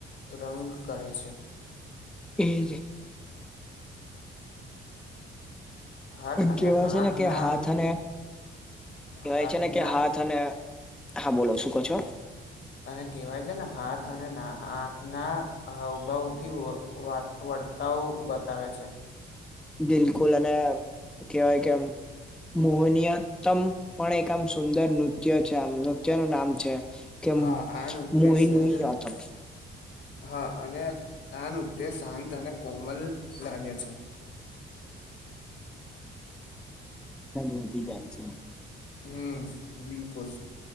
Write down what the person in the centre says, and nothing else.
એ જ.
કેહેવાય
છે ને કે હાથ અને કહેવાય
છે ને કે હાથ અને હા બોલો શું કહો છો.
બિલકુલ અને કહેવાય કેમ મોહનીયતમ પણ એક આમ સુંદર નૃત્ય છે આમ નૃત્યનું નામ છે. કે
મુુંહી નહી આતા
વધી જાય છે.